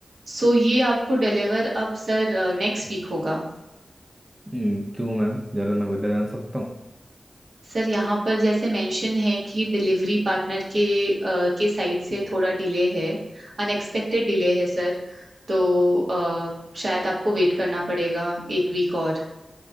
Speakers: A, on the right (about 70°); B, on the right (about 15°).
A: सो ये आपको डिलीवर अब सर नेक्स्ट वीक होगा
B: हम्म, क्यों मैम जरा मैं वजह जान सकता हूँ
A: सर यहाँ पर जैसे मेंशन है कि डिलीवरी पार्टनर के अ, के साइड से थोड़ा डिले है अनएक्सपेक्टेड डिले है सर तो अ, शायद आपको वेट करना पड़ेगा एक वीक और